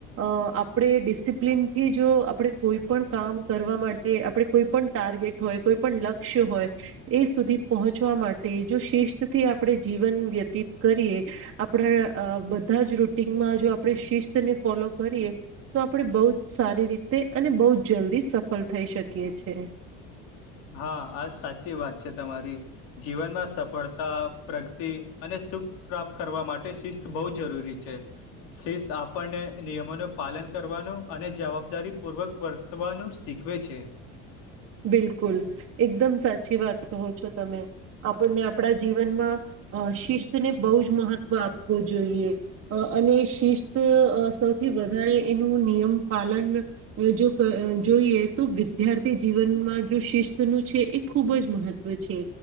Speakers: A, on the right; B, on the left.
A: અ આપણે ડી સિપ્લિનથી જો આપણે કોઈ પળ કામ કરવા માટે, આપડે કોઈ પળ ટાર્ગેટ હોય, કોઈ પળ લક્ષ્ય હોય, એ સુધી પોહ ચવા માટે જો શિસ્તથી આપણે જીવન વ્યતીત કરીએ, આપણા અ બધા જ રૂટીનમાં જો આપણે શિસ્તને ફોલો કરીએ, તો આપડે બઉ જ સારી રીતે અને બઉ જ જલ્દી સફલ થઈ શકીયે છે.
B: હા આ સાચી વાત છે તમારી, જીવનમાં સફળતા પ્રગતિ અને સુખ પ્રાપ્ત કરવા માટે શિસ્ત બહુ જરૂરી છે, શિસ્ત આપણને અ નિયમોનું પાલન કરવાનું અને જવાબદારીપૂર્વક વર્તવાનું શીખવે છે.
A: બિલકુલ, એકદમ સાચી વાત કહો છો તમે. આપણને આપણા જીવનમાં અ શિસ્તને બહુ જ મહત્વ આપુ જોઈએ. અને શિસ્ત અ સૌથી વધારે એનું નિયમ પાલન જો ક જો ઈએ તો વિદ્યાર્થી જીવનમાં જો શિસ્ત નું છે, એ ખૂબ જ મહત્વ છે,